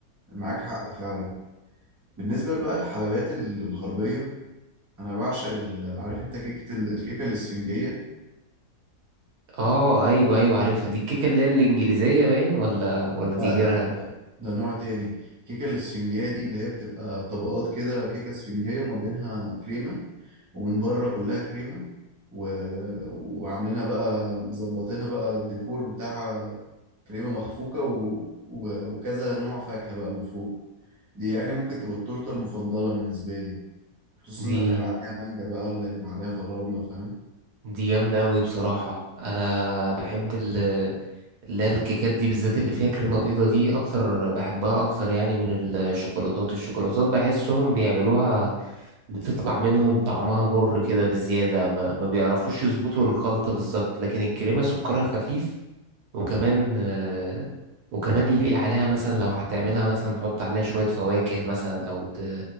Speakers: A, on the right (about 15°); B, on the right (about 80°).
A: معاك حق فعلا بالنسبة بقى للحلويات ال- الغربية انا بعشق ال- عارف انت كيكة ال- الكيكة الاسفنجية
B: اه ايوه ايوه عارفها دي الكيكة اللي هي الانجليزية باين ولا ولا
A: لا
B: دي
A: لا
B: غيرها
A: ده ده نوع تاني الكيكة الاسفنجية دي اللي هي بتبقى طبقات كده كيكة اسفنجية وما بينها كريمة ومن بره كلها كريمه و... وعاملينها بقى مظبطينها بقى الديكور بتاعها كريمه مخفوقه و... و... وكذا نوع فاكهه بقى من فوق دي يعني ممكن تبقى التورته المفضله بالنسبه لي خصوصا
B: دي
A: لما يبقى عليها مانجا بقى ولا يبقى عليها فراوله فاهم
B: دي جامدة أوي بصراحة أنا بحب ال- اللي هي الكيكات دي بالذات اللي فيها كريمة بيضة دي أكتر بحبها أكتر يعني من الشوكولاتات الشوكولاتات بحسهم بيعملوها بتطلع منهم طعمها مر كده بزيادة ما, ما بيعرفوش يظبطوا الخلطة بالظبط لكن الكريمة سكرها خفيف وكمان آه، وكمان يليق عليها مثلا لو هتعملها مثلا حط عليها شوية فواكه مثلا أو ت...